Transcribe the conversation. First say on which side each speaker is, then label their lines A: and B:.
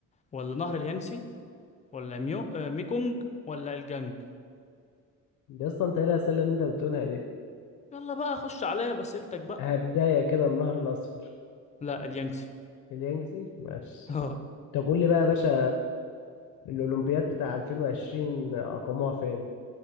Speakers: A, on the left; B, on the left.
A: ولا نهر اليانسي ولا ميو... آه، ميكونج ولا الجانج
B: يا اسطى انت ايه الاسئله اللي انت بتقولها دي
A: يلا بقى خش عليا باسئلتك بقى
B: هبدايه كده النهر الاصفر
A: لا اليانسي <laughs>
B: اليانجزي ماشي
A: اه
B: طب قول لي بقى يا باشا الاولمبياد بتاع 2020 اقاموها فين